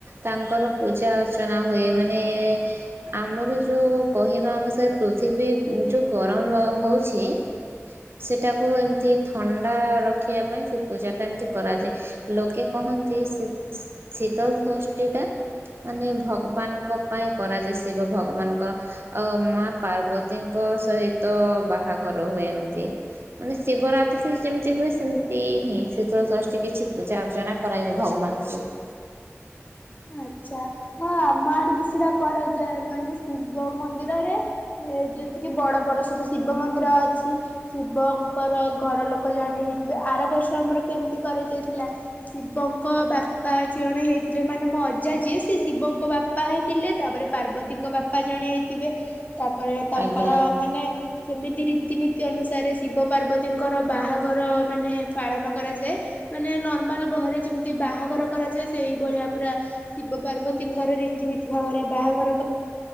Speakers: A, on the right; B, on the left.
A: ତାଙ୍କର ପୂଜା ଅର୍ଚ୍ଚନା ହୁଏ ମାନେ ଆମର ଯେଉଁ କହିବା ଅନୁସାରେ ପୃଥିବୀ ଯୋ ଗରମ ହେଉଛି ସେଟାକୁ ଏମିତି ଥଣ୍ଡା ରଖ ଦେଖିବା ପାଇଁ ସେ ପୂଜା ଟା ଏମିତି କରାଯାଏ ଲୋକେ କହନ୍ତି ଶୀତ ଶୀତଳ ଶଷ୍ଟିଟା ମାନେ ଭଗବାନଙ୍କ ପାଇଁ କରାଯାଏ ଶିବ ଭଗବାନଙ୍କ ଆଉ ମା ପାର୍ବତୀଙ୍କ ସହିତ ବାହାଘର ହୁଏ ଏମତି ମାନେ ଶିବରାତି ଯେମିତି ହୁଏ। ସେମିତି ହିଁ ଶୀତଳ ଷଷ୍ଠୀ କିଛି ପୂଜା ଅର୍ଚ୍ଚନା କରାଯାଏ ଭଗବାନଙ୍କୁ।
B: ଆଛା ହଁ ଆମ ଆଡେ କି ସେଟା କରାଯାଏ ମାନେ ଶିବ ମନ୍ଦିରରେ ଯେତିକି ବଡ ବଡ ସବୁ ଶିବ ମନ୍ଦିର ଅଛି ଶିବଙ୍କର ଘର ଲୋକ ଜଣେ ହେଇଥିବେ ଆର ବର୍ଷ ଆମର କେମିତି କରାଯାଇଥିଲା ଶିବଙ୍କ ବାପା ଜଣେ ହେଇଥିଲେ ମାନେ ମୋ ଅଜା ଯିଏ ସେି ଶିବଙ୍କ ବାପା ହେଇଥିଲେ ତାପରେ ପାର୍ବତୀଙ୍କ ବାପା ଜଣେ ହେଇଥିବେ ତାପରେ ତାଙ୍କର
A: ଆଜ୍ଞା
B: ମାନେ ଯେମିତି ରୀତିନୀତି ନିତି ଅନୁସାରେ ଶିବ ପାର୍ବତୀଙ୍କର ବାହାଘର ମାନେ ପାଳନ କରାଯାଏ। ମାନେ ନର୍ମାଲ ଘରେ ଯେମିତି ବାହାଘର କରାଯାଏ। ସେଇ ଭଳିଆ ପୁରା ଶିବ ପାର୍ବତୀଙ୍କର ରୀତିନୀତି ଭାବରେ ବାହାଘର କ